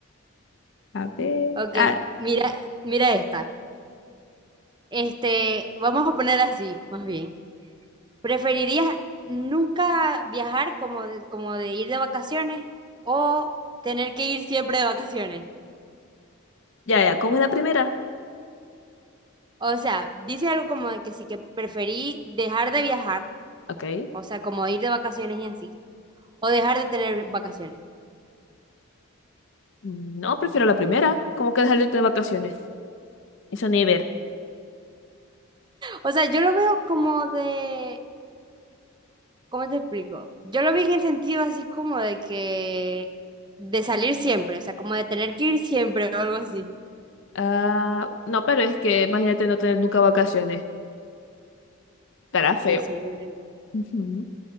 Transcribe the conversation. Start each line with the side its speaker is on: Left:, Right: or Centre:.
Left: A ver.
Right: Ok,
Left: Ah,
Right: mira, mira esta. Este, vamos a poner así, más bien. ¿Preferirías nunca viajar como de, como de ir de vacaciones o tener que ir siempre de vacaciones?
Left: ya, ya. ¿Cómo es la primera?
Right: O sea, dice algo como de que sí que preferí dejar de viajar
Left: Ok.
Right: O sea, como ir de vacaciones y así. O dejar de tener vacaciones.
Left: No, prefiero la primera. ¿Cómo que dejar de tener vacaciones? Eso ni ver.
Right: O sea, yo lo veo como de... ¿Cómo te explico? Yo lo vi en el sentido así como de que... De salir siempre, o sea, como de tener que ir siempre o algo así.
Left: Ah, no, pero es que imagínate no tener nunca vacaciones. Estará feo.
Right: Sí, sería horrible.
Left: Ujú.